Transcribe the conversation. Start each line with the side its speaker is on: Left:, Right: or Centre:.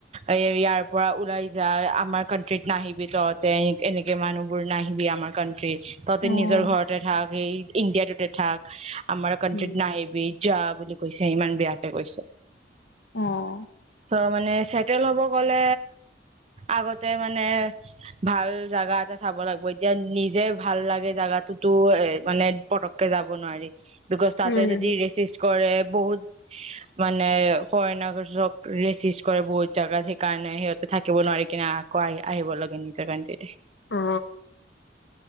Right: এ ইয়াৰ পৰা ওলাই যায় আমাৰ কাণ্ট্ৰিত নাহিবি তহঁতে এনেকে মানুহ বোৰ নাহিবি আমাৰ কণ্ট্ৰ ততে
Left: অ'।
Right: নিজৰ ঘৰতে থাক। সেই ইণ্ডিয়াটোতে থাক। আমাৰ কাণ্ট্ৰিত
Left: উম,
Right: নাইবি। যা বুলি কৈছে ইমান বেয়াকে কৈছে।
Left: অ',
Right: ত মানে চেটেল হব গলে আগতে মানে ভাল জোগা এটা চাব লাগিব এতিয়া নিজে ভাল লাগে জাগাটোতো এ মানে পতককে যাব নোৱাৰি দুখস্থতে
Left: উম,
Right: যদিছি কৰে বহুত মানে কৰইণক ৰেচিজ কৰে বহুত জোগাত সেইকাৰণে সিহঁতে থাকিব নোৱাৰি কিনে আকৌ আহি আহিব লাগে নিজৰ কাৰণেতে
Left: অ